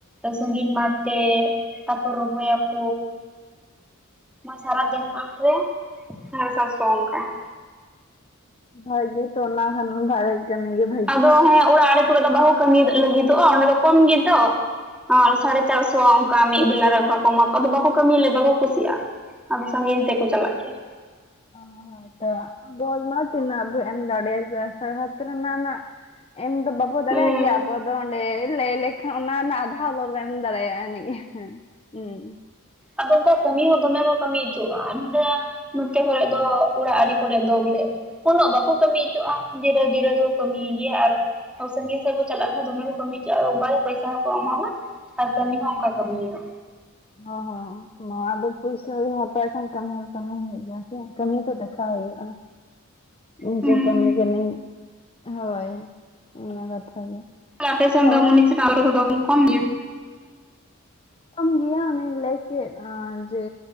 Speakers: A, in the centre; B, on the left.
A: ᱥᱟᱜᱤᱧ ᱢᱟᱴ ᱛᱮ᱾ ᱛᱟᱯᱚᱨ ᱨᱚᱦᱚᱭᱟᱠᱚ ᱾ ᱥᱟᱨᱟ ᱫᱤᱱ ᱢᱟᱱᱨᱮ ᱥᱟᱲᱮ ᱥᱟᱛ ᱥᱚ ᱚᱝᱠᱟ᱾
B: ᱵᱷᱜ ᱛᱚ ᱚᱱᱟ ᱠᱷᱟᱱ ᱢᱟ ᱵᱷᱟᱜᱮ᱾ ᱠᱟᱹᱢᱤ ᱜᱮ ᱵᱷᱟᱹ
A: ᱟᱫᱚ ᱦᱮᱸ ᱚᱲᱟᱜ ᱨᱮ ᱠᱚᱨᱮ ᱫᱚ ᱵᱟᱦᱩ ᱠᱟᱹᱢᱤ ᱞᱟᱹᱜᱤᱫᱚᱜᱼᱟ ᱚᱸᱰᱮ ᱫᱚ ᱠᱚᱢ ᱜᱮᱛᱚ᱾ ᱚᱸ ᱥᱟᱲᱮ ᱪᱟᱨᱥᱚ ᱚᱝᱠᱟ ᱢᱤᱜ ᱵᱮᱞᱟᱨᱮ ᱚᱝᱠᱟ ᱠᱚ ᱮᱢᱟ ᱠᱚᱣᱟ ᱟᱫᱚ ᱵᱟᱠᱚ ᱠᱟᱹᱢᱤᱭ ᱞᱮᱭᱟ ᱵᱟᱠᱚ ᱠᱩᱥᱤᱭᱟᱜᱼᱟ᱾ ᱟᱫᱚ ᱥᱟᱜᱮᱧ ᱛᱮᱠᱚ ᱪᱟᱞᱟᱜ ᱜᱮᱭᱟ᱾
B: ᱚ, ᱦᱚᱭ ᱛᱚ ᱟᱫᱚ ᱢᱟ ᱛᱤᱱᱟᱹᱜ ᱟᱹᱵᱤᱱᱟᱜ ᱫᱟᱲᱮ <unintelligible> ᱮᱢ ᱫᱚ ᱵᱟᱯ ᱵᱚ ᱫᱟᱲᱮᱭᱟᱜ
A: ᱦᱩᱸ
B: ᱜᱮᱭᱟ ᱟᱵᱚ ᱫᱚ ᱚᱸᱰᱮ ᱞᱟᱹᱭ ᱞᱮᱠᱷᱟᱱ ᱚᱱᱟ ᱨᱮᱱᱟᱜ ᱟᱫᱷᱟ ᱟᱵᱟᱚᱵᱚ ᱮᱢ ᱫᱟᱲᱮᱭᱟᱜᱼᱟ ᱮᱱᱤᱡ ᱮᱸ ᱦᱮᱸ᱾ ᱦᱩᱸ
A: ᱟᱫᱚ ᱚᱝᱠᱟ ᱠᱟᱹᱢᱤ ᱦᱚᱸ ᱫᱚᱢᱮ ᱠᱚ ᱠᱟᱹᱢᱤᱭ ᱼᱟ ᱱᱚᱰᱮ ᱱᱚᱛᱮ ᱠᱚᱨᱮ ᱫᱚ ᱟᱲᱟᱜ ᱟᱲᱮ ᱠᱚᱨᱮ ᱫᱚ ᱵᱚᱞᱮ ᱩᱱᱟᱹᱜ ᱵᱟᱠᱚ ᱠᱟᱹᱢᱤ ᱦᱚᱪᱚᱣᱟᱜᱼᱟ ᱡᱤᱨᱟᱹᱣ ᱡᱤᱨᱟᱹᱣ ᱨᱮᱠᱚ ᱠᱟᱹᱢᱤ ᱜᱮᱭᱟ ᱟᱨ ᱥᱟᱺᱜᱤ ᱥᱟᱜ ᱠᱚ ᱪᱟᱞᱟᱜ ᱦᱚᱸ ᱫᱚᱢᱮ ᱠᱚ ᱠᱟᱹᱢᱤ ᱠᱮᱜ-ᱟ ᱚᱝᱠᱟᱜᱮ ᱯᱚᱭᱥᱟ ᱦᱚᱸᱠᱚ ᱮᱢᱟᱢᱟ᱾ ᱟᱨ ᱠᱟᱹᱢᱤ ᱦᱚᱸ ᱚᱝᱠᱟ ᱠᱟᱹᱢ ᱦᱩᱭᱩᱜ-ᱟ᱾
B: ᱚ ᱦᱚᱸᱦᱚᱸ᱾ ᱱᱚᱣᱟ ᱫᱚ ᱯᱩᱭᱥᱟᱹᱧ ᱦᱟᱛᱟᱣ ᱠᱷᱟᱱ ᱠᱟᱹᱢᱤ ᱦᱚᱸ ᱠᱟᱹᱢᱤ ᱦᱩᱭᱩᱜ ᱜᱮᱭᱟ ᱥᱮ ᱠᱟᱹᱢᱤ ᱛᱚ ᱫᱮᱠᱷᱟᱣ ᱦᱩᱭᱩᱜᱼᱟ᱾ ᱤᱧ
A: ᱦᱩᱸ
B: ᱪᱮᱜ ᱠᱟᱹᱢᱤ ᱠᱟᱹᱱᱟᱹᱧ ᱦᱳᱭ ᱚᱱᱟ ᱠᱟᱛᱷᱟ ᱜᱮ᱾
A: ᱟᱯᱮ ᱥᱮᱱ
B: ᱦᱳᱭ
A: ᱫᱚ ᱢᱩᱱᱤᱥ ᱨᱮᱱᱟᱜ <unintelligible> ᱠᱚᱫᱚ ᱠᱚ ᱠᱚᱢ ᱜᱮᱭᱟ?
B: ᱠᱚᱢ ᱜᱮᱭᱟ ᱚᱱᱚᱧ ᱞᱟᱹᱭ ᱠᱮᱫ ᱡᱮ